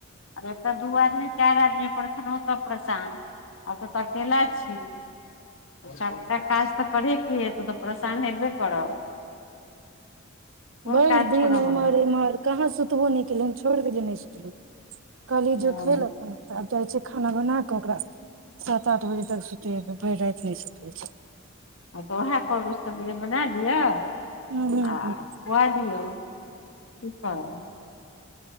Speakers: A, on the left; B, on the right.
A: आ एतय दू आदमी चार आदमी पर छलहुँ त परेशान आब त तऽ अकेला छी सबटा काज तऽ करेके हे तू तऽ सान हेैबे करब कोन
B: भैर
A: काज
B: दिन
A: छोड़ऽ
B: इमहर
A: बला
B: उमहर कहाँ सुतबो न केल छोड़ देली न सुतलो कहली
A: हँ
B: जो खेल अपन जाइ छै खाना बना क ओकरा सात आठ बजे तक सुतेबै भर रात न सुतल छै
A: हँ त ओएह कहबे तर बना दिय आ
B: हूँ
A: ओए दियौ की करब